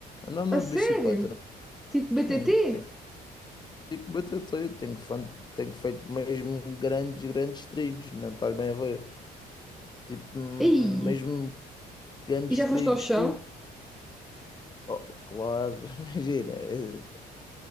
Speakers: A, on the left (about 25°); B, in the centre.
A: Ando a andar
B: A sério?
A: de bicicleta, né?
B: Tipo BTT?
A: Sim, tenho, tipo, bater teio, tenho, fan- tenho feito mesmo grandes, grandes trilhos, não estás bem a ver? Tipo, hum,
B: Ei!
A: mesmo grandes
B: E já
A: trilhos,
B: foste ao chão?
A: tu. Oh, claro, <laughs> imagina. eh,